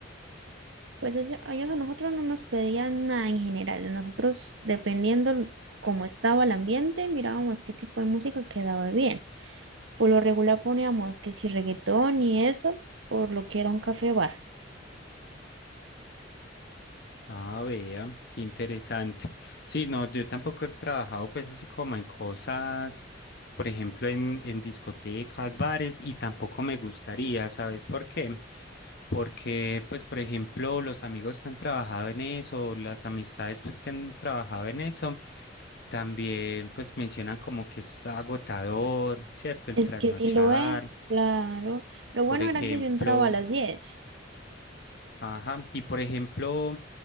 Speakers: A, on the right; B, on the left.
A: pues eso- a ellos a nosotros no nos pedían nada en general, nosotros dependiendo cómo estaba el ambiente, mirábamos qué tipo de música quedaba bien. Por lo regular poníamos que si reggaetón y eso, por lo que era un café bar.
B: Ah, vea, qué interesante. Sí, no, yo tampoco he trabajado pues así como en cosas, por ejemplo, en, en discotecas, bares, y tampoco me gustaría, ¿sabes por qué? Porque, pues, por ejemplo, los amigos que han trabajado en eso, las amistades pues que han trabajado en eso, también pues mencionan como que es agotador, ¿cierto? El
A: Es
B: trasnochar,
A: que sí lo es, claro. Lo
B: por
A: bueno
B: ejemplo.
A: era que yo entraba a las diez
B: Ajá, y por ejemplo,